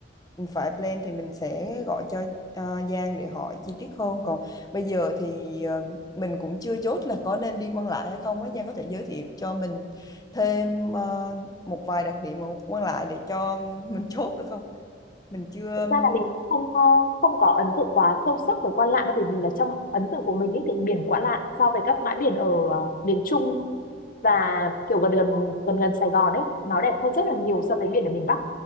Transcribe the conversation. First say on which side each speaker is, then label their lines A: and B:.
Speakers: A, on the left; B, on the left.
A: ừm, phải plan thì mình sẽ gọi cho ờ, Giang để hỏi chi tiết hơn. Còn bây giờ thì ờ, mình cũng chưa chốt là có nên đi Quan Lại hay không ấy Giang có thể giới thiệu cho mình thêm ờ, một vài đặc điểm ở Quan Lại để cho mình chốt được không? Mình chưa.
B: Thực ra là mình không ờ, không có ấn tượng quá sâu sắc về Quan Lạn đâu bởi vì là trong ấn tượng của mình ấy thì biển Quan Lạn so với các bãi biển ở ờ, miền Trung và kiểu gần gần gần gần Sài Gòn ấy nó đẹp hơn rất là nhiều so với biển ở miền Bắc